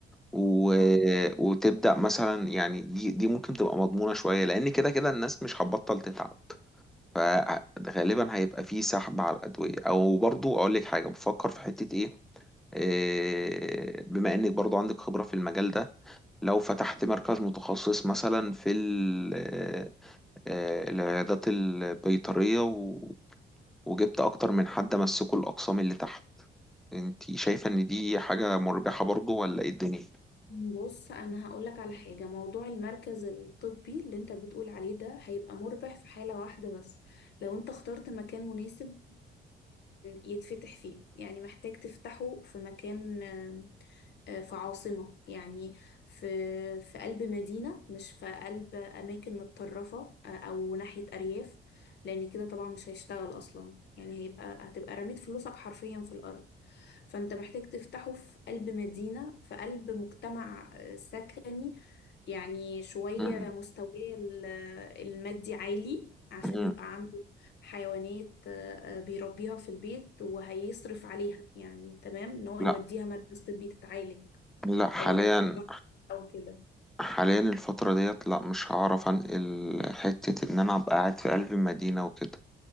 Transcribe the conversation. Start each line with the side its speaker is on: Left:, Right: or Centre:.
Centre: و...
Left: اه
Centre: وتبدأ مثلا يعني دي دي ممكن تبقى مضمونة شوية لان كده كده الناس مش هتبطل تتعب فغالبا هيبقى فيه سحب على الأدوية أو برضو أقول لك حاجة بفكر في حتة إيه آه، بما إنك برضو عندك خبرة في المجال ده لو فتحت مركز متخصص مثلا في ال- آه، آه، العيادات البيطرية و- وجبت أكتر من حد مسكوا الأقسام اللي تحت أنت شايفة إن دي حاجة مربحة برضو ولا إيه الدنيا؟
Left: بص انا هقولك على حاجه موضوع المركز الطبي اللي انت بتقول عليه ده هيبقى مربح في حاله واحده بس لو انت اخترت مكان مناسب يتفتح فيه يعني محتاج تفتحه في مكان آم، آه، في عاصمة يعني في في قلب مدينة مش في قلب أماكن متطرفة آه، أو ناحية أرياف لأن كده طبعا مش هيشتغل أصلا يعني هيبقى هتبقى رميت فلوسك حرفيا في الأرض فأنت محتاج تفتحه في قلب مدينة في قلب مجتمع آه، سكني يعني شوية
Centre: مم.
Left: مستواه ال- المادي عالي عشان
Centre: مم.
Left: يبقى عنده حيوانات آه، آه، بيربيها في البيت وهيصرف عليها يعني تمام ان هو
Centre: لا
Left: يوديها مركز طبي تتعالج
Centre: لا حاليا
Left: او يتطوع او كده
Centre: حاليا الفترة ديت لا مش هعرف انقل حتة ان انا ابقى قاعد في قلب المدينة وكده